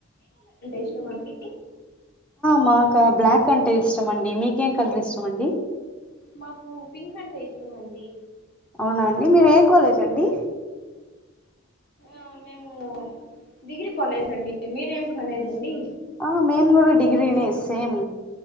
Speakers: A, on the left (about 50°); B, in the centre.
A: ఇష్టమండి
B: మాక బ్లాక్ అంటే ఇష్టమండి మీకేం కలర్ ఇష్టమండి
A: మాకు పింక్ అంటే ఇష్టం అండి
B: అవునాండి మీరు ఏ కాలేజ్ అండి
A: ఆ మేము డిగ్రీ కాలేజీ అండి మీరేం కాలేజ్ అండి
B: ఆ మేన్ కూడ డిగ్రినే సేమ్